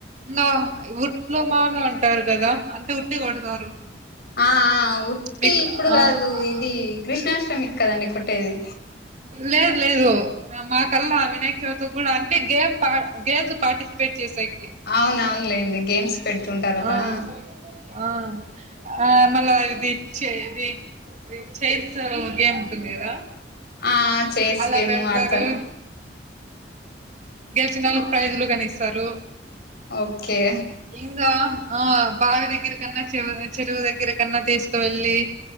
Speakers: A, on the right; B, on the left.
A: గా ఉట్లు మాను అంటారు కదా అంటే ఉట్టి కొడతారు
B: ఆ ఆ ఉట్టి
A: మీకు
B: ఇప్పుడు
A: ఆ
B: కాదు ఇది కృష్ణాష్ట్రమికి కదండి కొట్టేది
A: లేదు లేదు మా కల్లా అ వినాయక చవితికి కూడా అన్ని గేమ్ గేమ్స్ పార్టిసిపేట్ చేసేకి
B: అవున అవునులేండి గేమ్స్ పెడుతుంటారు అలా
A: ఆ ఆ మళ్ళీ ఇచేది అది చెత్తో గేమ్ ఉంటది కదా
B: ఆ చేర్స్
A: అలా
B: గేమ్
A: పెడతారు
B: ఆడతారా
A: గెలిచినవాళ్లకు ప్రైజులు కని ఇస్తారు
B: ఓకే
A: ఇంగ ఆ భవి దగ్గర కన్నా చె చెరువు దగ్గర కన్నా తీసుకువెళ్ళి